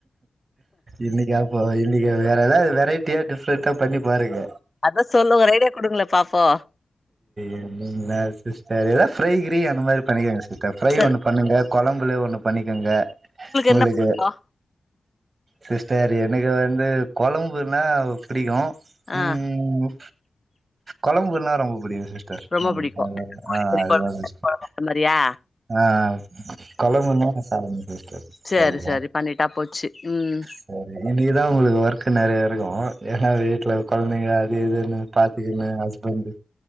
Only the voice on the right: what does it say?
இன்னிக்காப் போ இன் னக்கு அப்ப வேற ஏதாவது வெரைட்டியா டிஃப்ரெண்ட்டா பண்ணி பாருங்க
என்னா சிஸ்டர் ஏதா ஃப்ரை கிரி அந்த மாறி பண்ணிக்கோங்க சிஸ்டர் ஃப்ரை
ஒண்ணு பண்ணுங்க கொழம்புலே ஒண்ணு பண்ணிக்குங்க உங்களுக்கு
சிஸ்டர் எனக்கு வந்து கொழம்புன்னா புடிக்கும்
உம் கொழம்புன்னா ரொம்ப புடிக்கும் சிஸ் டர்
ஆ
அதுதா ம்
அதுதா
சிஸ்டர்
ஆ கொழம்புன்னா சாப்புடுவ சிஸ்டர்
அதுதா
சரி இன்னைக்குதா உங்களுக்கு ஒர்க் நெறையா இருக்கும் ஏன்னா வீட்ல கொழந்தைங்க அது இதுன்னு பாத்துக்கின்னு ஹஸ்பண்ட்டு